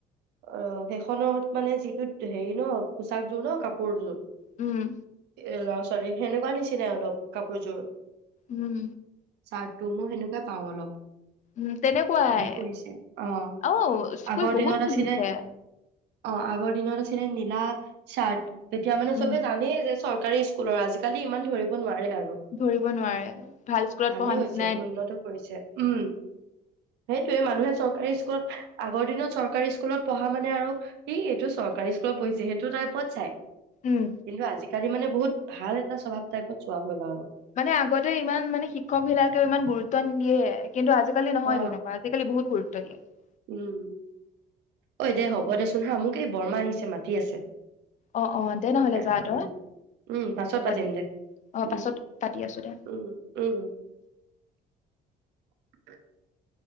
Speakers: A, on the right; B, on the left.
A: অ সেই খত মানে যিটো হেৰি ন পোচাকযোৰ ন কাপোৰযোৰ
B: উম
A: এ ল'ৰা ছোৱালী সেনেকুৱা নিচিনাই অলপ কাপোৰযোৰ
B: উম
A: ষাত তমো সেনেকুৱা পাওঁ অলপ <unintelligible>
B: উম তেনেকুৱাই
A: ভালেই কৰিছে অ
B: আহ স্কুল
A: আগৰ
B: বহুত
A: দিনত
B: খুলিছে
A: আছিলে অ আগৰ দিন ৰছিলে নীলা চাৰ্ট তেতিয়া মানে
B: উম
A: চবে জানেই যে চৰকাৰী স্কুলৰ আজিকালি ইমান ধৰিব নোৱাৰে আৰু
B: ধৰিব নোৱাৰে ভাল স্কুলত
A: ভালেই
B: পঢ়া
A: হৈছে
B: নিছিলো
A: উন্নত কৰিছে উম সেইটোয়ে মানুহে চৰকাৰী স্কুলত আগৰ দিনত চৰকাৰী স্কুলত পঢ়া মানে আৰু এইটো চৰকাৰী স্কুলতপঢ়িছে সেইটো সটো টাইপত চাই <unintelligible>
B: উম,
A: কিন্তু আজি কালি মানে বহুত ভাল এটা স্বভাৱ টাইপত চোৱা হ'ল আৰু
B: মানে আগতে ইমান মানে শিক্ষক বিলাকেও ইমান গুৰুত্ব নিদিয়ে কিন্তু আজিকালি নহয়
A: অ
B: তেনেকুৱা আজিকালি বহুত গোৰ <unintelligible> সেইটোৱেই <unintelligible>
A: উম ঐ দে হ'ব দেচোন হা মোক এই বৰমা আহিছে মাতি আছে
B: অ অ দে নহ'লে
A: এ,
B: যা তই
A: উম উম পাছত
B: হ'ব
A: পাতিম
B: দে অ
A: উম
B: পাছত পাতি আছো দে
A: উম উম <inaudible>